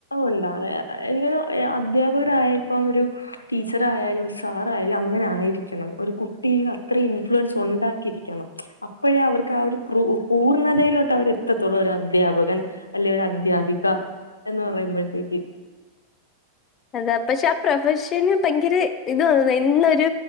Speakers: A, on the left (about 80°); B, on the left (about 30°).
A: ഉണ്ടാ അ എനിക്കൊ അധൃപകര്യ ഇപ്പം ഒരു ടീച്ചറ ആായാലും ഒരു സാറ ആയാലും അങ്ങനെ ആയിരിക്കണം ഒരു കുട്ടിൽ അത്ര ഇൻഫ്ലുവൻസ് ഉണ്ടാക്കിയിരിക്കും. അപ്പോഴേ അവർക്ക് ആ ഒരു പൂർണ്ണതയിലോട്ട് അവരെ ഇത്തത്തോളം ഒരു അധ്യാപകൻ അല്ലെ ഒരു അദ്ധ്യാപിക എന്ന് പറയുമ്പോഴത്തേക്ക്
B: അതെ പക്ഷെ ആ പ്രൊഫഷന് ഭയങ്കര ഇത് തന്നുന്നു ഇന്നൊരു